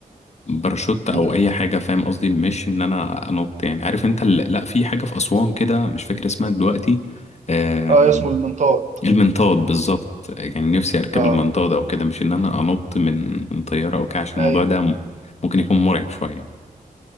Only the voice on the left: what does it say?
باراشوت أو
أي حاجة فاهم قصدي مش إن أنا أنط يعني عارف أنت ال- لا في حاجة في أسوان كده مش فاكر اسمها دلوقتي آه،
المنطاد بالظبط يعني نفسي أركب
المنطاد أو كده مش إن أنا أنط من من طيارة أو كده عشان
الموضوع ده ممكن يكون مرعب شوية